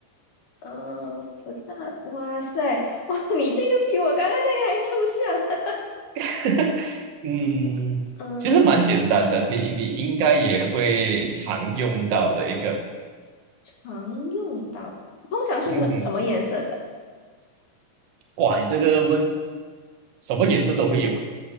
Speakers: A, on the left; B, on the right.
A: 呃，我大，哇塞，哇，你这个比我刚刚那个还抽象。<laughs>
B: <laughs> 嗯，
A: 嗯、
B: 其实蛮简单的，你你应该也会常用到的一个，
A: 常用到，通常是什什么颜色的？
B: 嗯哼，哇，你这个问什么颜色都会有，